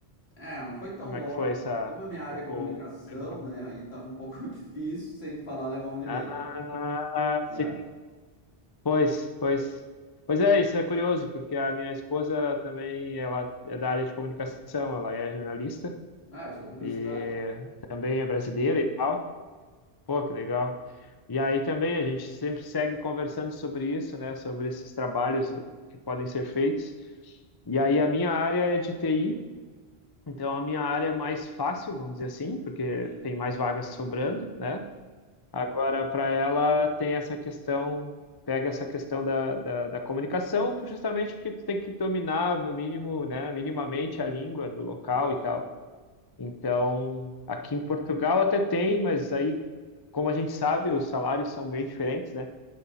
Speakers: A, on the left; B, on the left.
A: É, não foi tão
B: Como
A: logo.
B: é que foi essa.
A: porque Como a minha área
B: Ou
A: é comunicação,
B: demorou
A: né?
B: muito?
A: Aí tava um pouco <laughs> difícil sem falar alemão direito.
B: Ah,
A: É.
B: sim. Pois, pois. Pois é, isso é curioso, porque a minha esposa também, ela é da área de comunicação, ela é jornalista
A: Ah, eu sou publicitário.
B: e também é brasileira e tal. Pô, que legal. E aí também a gente sempre segue conversando sobre isso, né, sobre esses trabalhos que podem ser feitos. E aí a minha área é de TI Então, a minha área é mais fácil, vamos dizer assim, porque
A: Sim,
B: tem mais vagas sobrando, né? Agora, para ela, tem essa questão, pega essa questão da, da, da comunicação, por- justamente porque tu tem que dominar, no mínimo, né, minimamente a língua do local
A: exato.
B: e tal. Então, aqui em Portugal até tem, mas aí, como a gente sabe, os salários são bem diferentes, né?